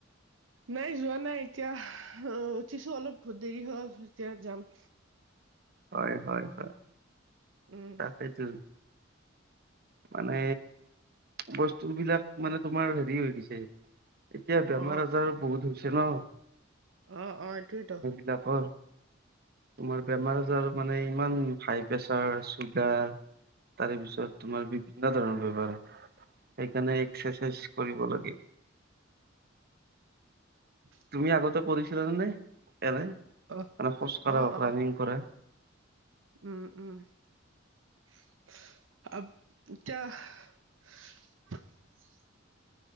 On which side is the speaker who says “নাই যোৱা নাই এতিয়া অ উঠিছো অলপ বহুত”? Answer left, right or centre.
Right